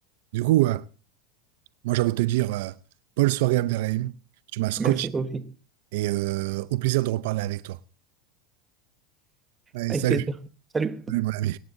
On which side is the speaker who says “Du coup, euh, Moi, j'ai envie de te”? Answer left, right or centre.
Right